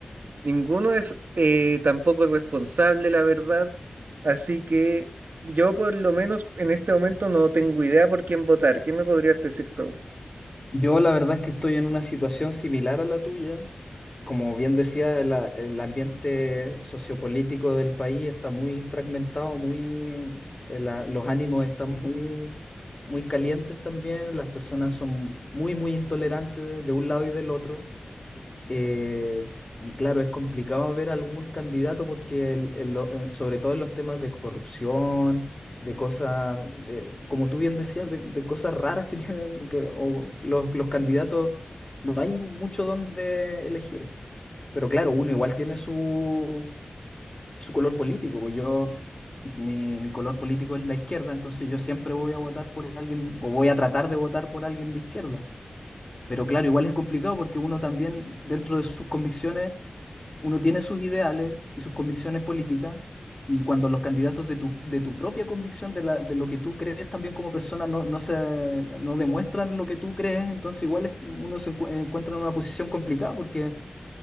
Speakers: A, on the right; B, on the left.
A: ninguno es eh, tampoco responsable, la verdad. Así que yo, por lo menos, en este momento no tengo idea por quién votar. ¿Qué me podrías decir tú?
B: Yo la verdad es que estoy en una situación similar a la tuya. Como bien decía, la- el ambiente sociopolítico del país está muy fragmentado, muy, eh, la- los ánimos están muy, muy calientes también, las personas son muy, muy intolerantes de, de un lado y del otro. Eh, y claro, es complicado ver algún candidato porque el- el lo- eh, sobre todo en los temas de corrupción, de cosas, de- como tú bien decías, de, de cosas raras que <laughs> tienen que, o los, los candidatos, no hay mucho donde elegir. Pero claro, uno igual tiene su, su color político. Pues yo, mi, mi color político es la izquierda, entonces yo siempre voy a votar por alguien, o voy a tratar de votar por alguien de izquierda. Pero claro, igual es complicado porque uno también dentro de sus convicciones uno tiene sus ideales y sus convicciones políticas, y cuando los candidatos de tu, de tu propia convicción, de, la, de lo que tú crees también como persona, no, no, se, no demuestran lo que tú crees, entonces igual es- uno se encu- encuentra en una posición complicada porque